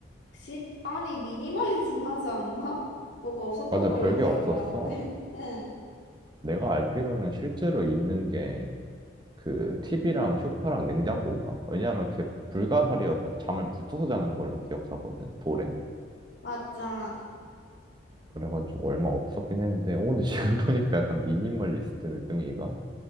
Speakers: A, on the left (about 70°); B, on the right (about 25°).
A: 집 안이 미니멀리즘 하지 않나? 뭐가 없었던
B: 맞아,
A: 걸로
B: 별게
A: 기억나는데.
B: 없었어.
A: <laughs> 응,
B: 내가 알기로는 실제로 있는 게 그 TV랑 소파랑 냉장고인가? 왜냐하면 그게 불가사리여서 잠을 붙어서 자는 걸로 기억하거든, 돌에.
A: 맞아.
B: 그래가지고 얼마 없었긴 했는데, 오, 근데 지금 <laughs> 보니까 약간 미니멀리스트 늦둥이가?